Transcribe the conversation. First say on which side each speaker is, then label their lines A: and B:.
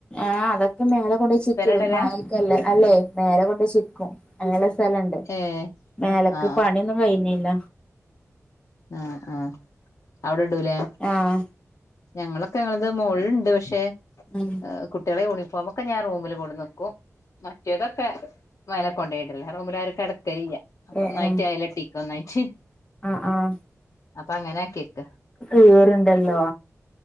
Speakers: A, on the left; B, on the left.
A: ആഹ് അതൊക്കെ മേലെ കൊണ്ടൊയ് ചിക്കിടും
B: ഇടലാ
A: മയക്കേല്ലേ അല്ലെ മേലെ കൊണ്ട ചിക്കും അങ്ങനെ സ്ഥലണ്ട്
B: ഏ
A: മേലക്ക്
B: ആ
A: പണിയൊന്നും കഴിഞ്ഞില്ല
B: ആഹ് ആഹ് അവിടെ ഇടൂലേ
A: ആഹ്
B: ഞങ്ങളൊക്കെ ഞങ്ങളത് മോള്ല്ണ്ട് പക്ഷെ
A: ഉം
B: കുട്ടികളെ യൂണിഫോ ഒ ക്കെ ഞാൻ റൂമിൽ കൊട്ന്നെക്കും മറ്റേതൊക്കെ മേലേ കൊണ്ടയ്‌ടലാ റൂമിലാരു കെട ക്കലില്ല അപ്പൊ
A: ഏഹ്
B: ഒന്നായിട്ട്
A: ഏഹ്
B: ആയ്ല ടിക്കൊന്നായിട്ട്
A: ആഹ് ആഹ്
B: അപ്പൊ അങ്ങനെ ആക്കിക്ക്
A: ഈറുണ്ടല്ലോ